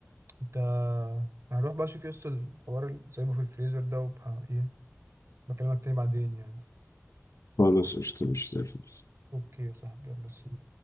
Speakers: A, on the right (about 55°); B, on the left (about 75°).
A: انت هنروح بقى شوف يوصل الحوار اللي سايبه في الفريزر ده وبقى ايه بكلمك تاني بعدين يعني
B: خلاص قشطة مش زي الفل
A: اوكي يا صاحبي يلا سي